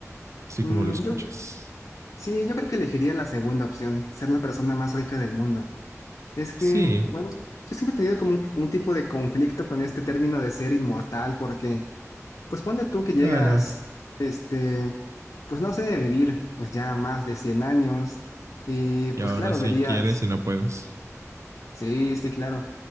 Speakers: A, on the right; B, on the left.
A: así
B: Mm,
A: como lo escuchas.
B: yo, sí, yo creo que elegiría la segunda opción, ser la persona más rica del mundo. Es que,
A: Sí,
B: bueno, yo siempre he tenido como un, un tipo de conflicto con este término de ser inmortal, porque, pues ponle tú que llegas,
A: claro.
B: este, pues no sé, vivir pues ya más de 100 años, y pues
A: Y aún
B: claro,
A: así
B: verías,
A: quieres y no puedes.
B: sí, sí, claro,